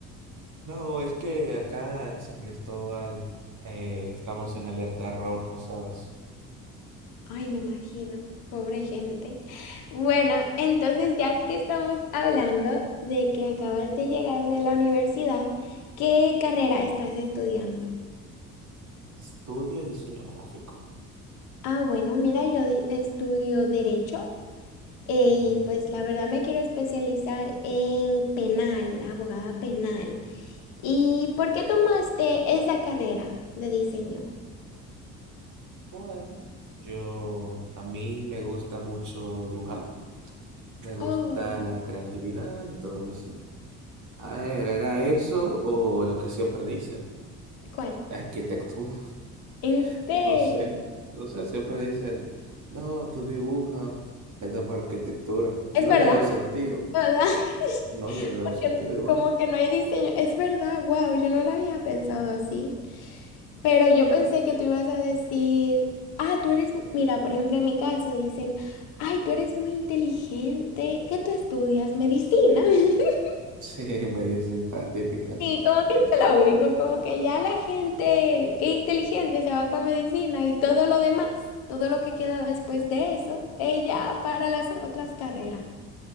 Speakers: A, on the right; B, on the left.
A: No, es que acá en San Cristóbal eh, estamos en alerta roja, ¿sabes?
B: Ay, me imagino, pobre gente. Bueno, entonces ya que estamos hablando de que acabas de llegar de la universidad, ¿qué carrera estás estudiando?
A: Estudio diseño gráfico.
B: Ah, bueno, mira, yo di- estudio derecho eh,
A: Ujú.
B: y pues la verdad me quiero especializar en penal, abogada penal. ¿Y por qué tomaste esa carrera de diseño?
A: Bueno, yo, a mí me gusta mucho dibujar, me gusta
B: Oh,
A: la creatividad y todo eso. A ver, ¿era eso o lo que siempre dicen?
B: ¿cuál?
A: La arquitectura. <laughs>
B: ¿En serio?
A: No sé, no sé, siempre dicen, no, tú dibujas, vete por arquitectura. No
B: ¿Es verdad?
A: le veo sentido.
B: ¿verdad? <laughs>
A: No, yo no le veo
B: Porque
A: sentido igual.
B: como que no hay diseño. Es verdad, wow, yo no lo había pensado así. Pero yo pensé que tú ibas a decir, ah, tú eres, mira, por ejemplo, en mi caso dicen, ay, tú eres muy inteligente, ¿qué tú estudias? Medicina. <laughs>
A: <laughs> Sí, me dice las típicas.
B: Y
A: sí.
B: como que esto es lo único, como que ya la gente que es inteligente se va para medicina y todo lo demás, todo lo que queda después de eso, ella para las otras carreras.